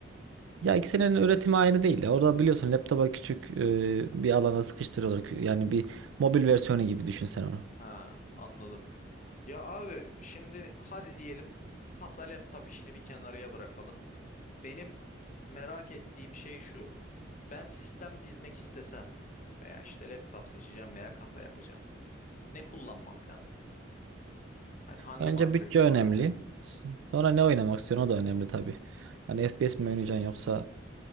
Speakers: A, on the right (about 80°); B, on the left (about 40°).
A: Ya ikisinin üretimi aynı değil. ya. Orada biliyorsun laptopa küçük e, bir alana sıkıştırıyorlar. Kü- Yani bir mobil versiyonu gibi düşün sen onu.
B: Ha, anladım. Ya abi şimdi hadi diyelim kasa laptop işini bir kenarıya bırakalım. Benim merak ettiğim şey şu. Ben sistem dizmek istesem veya işte laptop seçeceğim veya kasa yapacağım. Ne kullanmam lazım? Hani hangi
A: Önce
B: markayı
A: bütçe
B: kullanmam
A: önemli.
B: lazım?
A: Sonra ne oynamak istiyorsun o da önemli tabii. Yani FPS mi oynayacaksın yoksa